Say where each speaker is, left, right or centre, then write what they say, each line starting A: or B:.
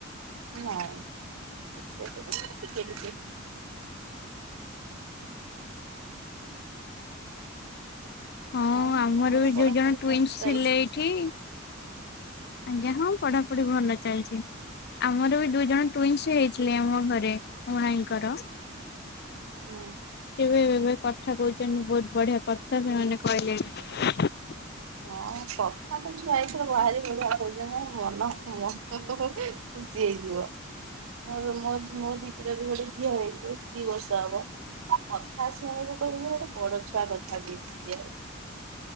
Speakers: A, on the right; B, on the left.
A: ନାଇଁ ସେଥି ପାଇଁ ଟିକେ ଟିକେ।
B: ହଁ
A: ଆଉ
B: ଆମର
A: ତମର
B: ବି
A: ପଢାପଢି
B: ଦୁଇ ଜଣ ଟୁଇନ୍ସ୍
A: କେମିତି
B: ଥିଲେ
A: ଚାଲିଛି
B: ଏଠି ଆଜ୍ଞା ହଁ ପଢ଼ାପଢ଼ି ଭଲ ଚାଲିଛି। ଆମର ବି ଦୁଇ ଜଣ ଟୁଇନ୍ସ୍ ହେଇଥିଲେ ଆମ ଘରେ ମୋ ଆଇଙ୍କର।
A: ହୁଁ
B: କେବେ ଏବେ କଥା କହୁଛନ୍ତି ବହୁତ ବଢ଼ିଆ କଥା ସେମାନେ କହିଲେଣି। ହ
A: ହଁ କଥା ତ ଛୁଆ ଏଥର ବାହାରି ବଢ଼ିବା କହୁଛନ୍ତି ମୋ ମନ ମନ ଖୁସି ହେଇଯିବ। ମୋର ମୋ ମୋ ଦିଦିର ବି ଗୋଟେ ଝିଅ ହେଇଛି ଦି ବର୍ଷ ହବ। ତା କଥା ଶୁଣିବୁ କହିବୁ ଗୋଟେ ବଡ଼ ଛୁଆ କଥା କହୁଚି କି ଆଉ।